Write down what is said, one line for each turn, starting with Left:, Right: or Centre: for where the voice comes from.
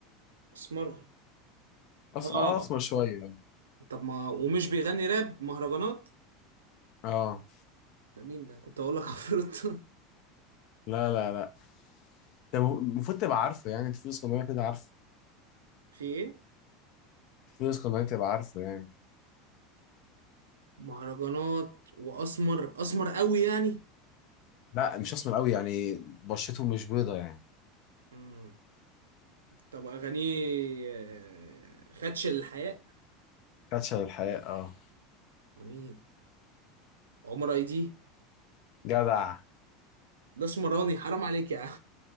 Right: اسمر
Left: أص...
Right: اه
Left: آه، اسمر شوية يعني.
Right: طب ما ومش بيغني راب مهرجانات
Left: اه
Right: ده مين ده كنت اقول لك عفروت
Left: لا لا لا ده المفروض تبقى عارفه يعني انت في اسكندراني كده عارفه
Right: <laughs> في ايه
Left: في اسكندراني تبقى عارفه يعني
Right: مهرجانات واسمر اسمر قوي يعني
Left: لا مش اسمر قوي يعني بشرته مش بيضة يعني
Right: مم. طب اغانيه آه، خدش الحياء
Left: فاتشة للحياة اه
Right: مين عمر اي دي
Left: جدع
Right: ده اسمراني حرام عليك يا عم